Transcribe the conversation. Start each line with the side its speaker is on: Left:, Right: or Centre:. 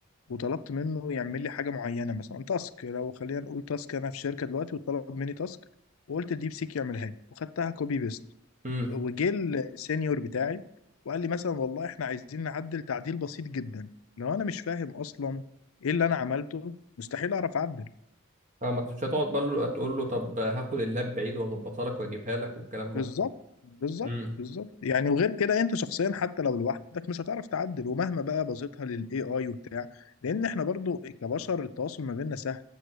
Left: وطلبت منه يعمل لي حاجه معينه مثلا تاسك لو خلينا نقول تاسك انا في شركه دلوقتي وطلب مني تاسك وقلت الديب سيك يعملها لي وخدتها كوبي بيست
Right: امم
Left: وجه السينيور بتاعي وقال لي مثلا والله احنا عايزين نعدل تعديل بسيط جدا لو انا مش فاهم اصلا ايه اللي انا عملته مستحيل اعرف اعدل
Right: اه ما مش هتقعد بقى له- تقول له طب هاخد اللاب بعيد واظبطها لك واجيبها لك والكلام
Left: بالظبط
Right: ده
Left: بالظبط
Right: امم
Left: بالظبط يعني وغير كده انت شخصيا حتى لو لوحدك مش هتعرف تعدل ومهما بقى بسيطها للاي اي وبتاع لان احنا برضو كبشر التواصل ما بيننا سهل